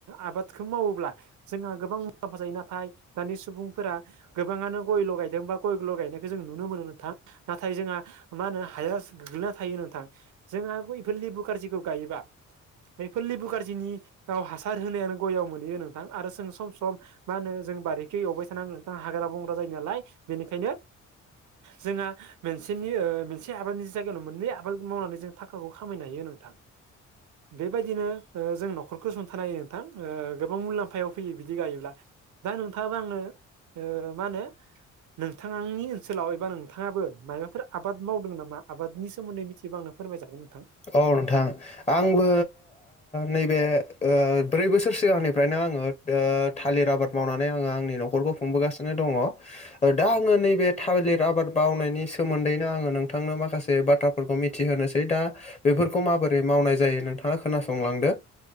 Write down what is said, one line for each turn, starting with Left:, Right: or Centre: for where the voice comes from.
Right: आबादखौ मावोब्ला। जोंहा गोबां मुलाम्फा जायो नाथाय दानि सुबुंफोरा। गोबाङानो गय ल' गायदोंबा गय ग' गायनायखौ जों नुनो मोनो नोंथां नाथाय जोंहा मा होनो हाया गोग्लैना थायो नोंथां। जोंहा गै फललि बुखारारजिखौ गायोबा बै फललि बुकारजिनि औ हासार होनायानो गययाव मोनहैयो नोंथां आरो जों सम सम मा होनो जों बारि अबे थान आं नोंथा हाग्रा बंग्रा जायो नालाय बेनिखायनो। जोंहा मोनसेनि मोनसे आबादनि जायगायावनो मोननै आबाद मावनानै जों थाखाखौ खामायनो हायो नोंथां बेबायदिनो जों नखरखौ हुंथानाय हायो नोंथां गोबां मुलाम्फायाव फैयो बिदि गायोब्ला। दा नोंथाङाबा आंङो मा होनो। नोंथांनि ओनसोलाव एबा नोंथाङाबो माबाफोर आबाद मावदों नामा आबादनि सोमोन्दै मिथियोबा आं फोरमायजागोन नोंथां।
Left: औ नोंथां आंबो। नैबे ब्रै बोसोर सिगांनिफ्रायनो आङो थालिर आबाद मावनानै आङो आंनि न'खरखौ खुंबोगासिनो दङ दा आङो नैबे थाबलिर आबाद मावनायनि सोमोन्दैनो आङो नोंथांनो माखासे बाथ्राफोरखौ मिथिहोनोसै दा बेफोरखौ माबोरै मावनाय जायो नोंथाङा खोनासंलांदो